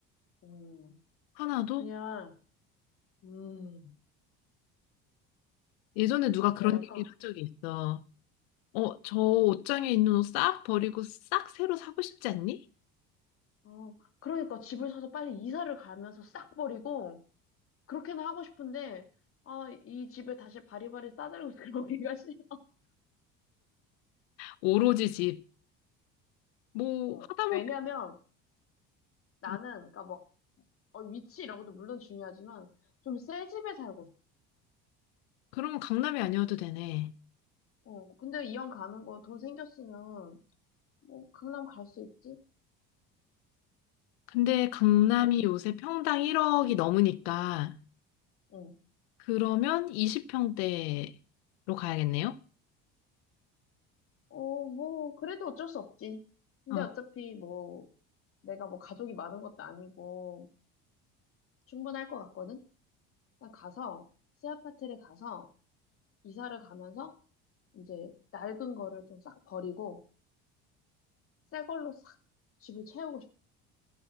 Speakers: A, on the left; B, on the left.
A: 음,
B: 하나도?
A: 그냥, 음,
B: 예전에 누가 그런
A: 나 약간,
B: 얘기를 한 적이 있어. 어, 저 옷장에 있는 옷 싹 버리고 싹 새로 사고 싶지 않니?
A: 어, 그러니까 집을 사서 빨리 이사를 가면서 싹 버리고, 그렇게는 하고 싶은데, 아, 이 집에 다시 바리바리 싸들고 <laughs> 들어오기가 싫어.
B: 오로지 집. 뭐,
A: 어,
B: 하다못해.
A: 왜냐면 나는,
B: 음,
A: 그러니까 막, 어, 위치 이런 것도 물론 중요하지만, 좀 새 집에 살고 싶어.
B: 그럼 강남이 아니어도 되네.
A: 어, 근데 이왕 가는 거 돈 생겼으면, 뭐, 강남 갈 수 있지?
B: 근데 강남이
A: 응?
B: 요새 평당 1억이 넘으니까,
A: 응.
B: 그러면 20평대로 가야겠네요?
A: 어, 뭐, 그래도 어쩔 수 없지. 근데
B: 어,
A: 어차피 뭐, 내가 뭐 가족이 많은 것도 아니고, 충분할 것 같거든? 난 가서, 새 아파트를 가서, 이사를 가면서, 이제, 낡은 거를 좀 싹 버리고, 새 걸로 싹 집을 채우고 싶어.